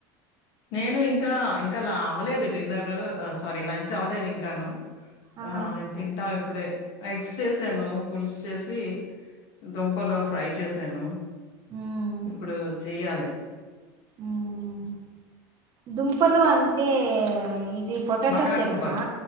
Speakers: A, on the left; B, on the right.
A: నేను ఇంకా, ఇంకా ల అవలేదు డిన్నర్ ఆ సారీ లంచ్. చ్ అవలేద ఇంకాను?
B: ఆహా
A: ఆ, తింటామ్ ఇప్ ప్పుడే ఎగ్స్ చేసాను, పల్సు చేసి దుంపలు ఫ్రై చేశాను
B: ఉమ్
A: ఇప్పుడు చెయ్యాలి
B: ఉమ్ దుంపలు అంటే ఇది పొటాటోసే
A: బంగాళ దుంపలు,
B: కదా